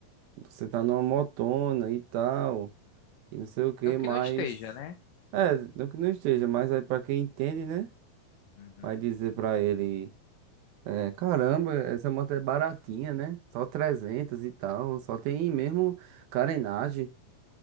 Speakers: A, on the right; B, on the left.
A: você tá numa motona e tal, e não sei o que,
B: Não que
A: mas.
B: não esteja, né?
A: É, não que não esteja, mas aí pra quem entende, né?
B: Uhum.
A: Vai dizer pra ele, é, caramba, essa moto é baratinha, né? Só 300 e tal, só tem mesmo carenagem.